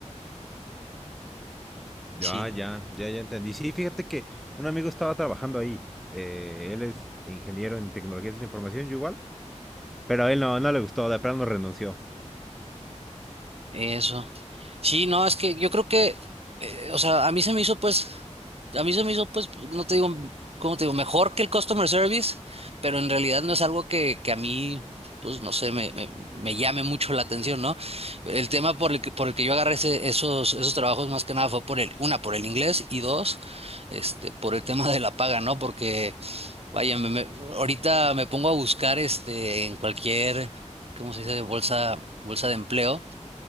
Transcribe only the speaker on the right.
Sí,
eso. Sí, no, es que yo creo que, eh, o sea, a mí se me hizo pues, a mí se me hizo pues, no te digo, ¿cómo te digo? Mejor que el customer service, pero en realidad no es algo que, que a mí, pues, no sé, me, me, me llame mucho la atención, ¿no? El tema por el que, por el que yo agarré ese- esos, esos trabajos más que nada fue por el, una, por el inglés y dos, este, por el tema de la paga, ¿no? Porque, vaya, me, me- ahorita me pongo a buscar, este, en cualquier, ¿cómo se dice? Bolsa, bolsa de empleo.